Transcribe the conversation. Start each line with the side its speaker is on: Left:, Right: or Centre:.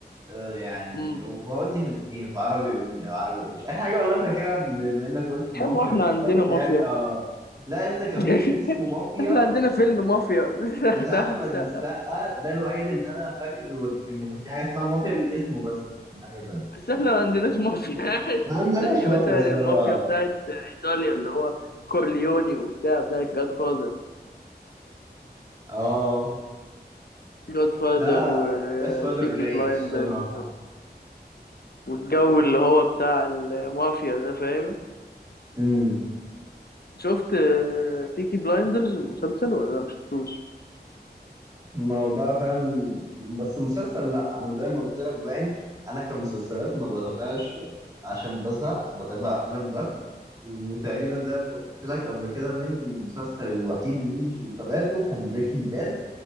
Right: آه، يعني
Left: امم
Right: وبودي في الاثنين في عربي وإن- عربي وانجلش اي حاجه والله فاكرها بما انك قلت مافيا
Left: يا عم احنا
Right: بالاخص
Left: عندنا مافيا
Right: يعني اه لا لسه كان
Left: <laughs>
Right: في فيلم اسمه مافيا
Left: احنا عندنا فيلم مافيا <laughs> مش
Right: بتاع
Left: هتحسق
Right: احمد السقا ده الوحيد اللي انا فاكر وال- ان كان في حاجه اسمها مافيا من اسمه بس مش من حاجه ثانيه
Left: بس احنا ما عندناش مافيا
Right: ما
Left: <laughs>
Right: عندناش
Left: زي
Right: مافيا
Left: مثلا
Right: الصراحه
Left: المافيا بتاعت ايطاليا اللي هو كورليوني وبتاع بتاعت جاد فاذر
Right: اه
Left: جاد فاذر
Right: ده
Left: وبيكي
Right: جاد فادر رايق
Left: بلايندرز
Right: الصراحة
Left: والجو اللي هو بتاع المافيا ده فاهم
Right: امم
Left: شفت بيكي بلايندرز المسلسل ولا مش شفتوش؟
Right: ما هو بقى فاهم بس مسلسل لا انا زي ما قلت لك باين انا كمسلسلات ما بتابعش آه، عشان بزهق بتابع افلام بس وتقريبا زي ما قلت لك قبل كده باين ان المسلسل الوحيد الانجليش اللي تابعته كان بريكنج باد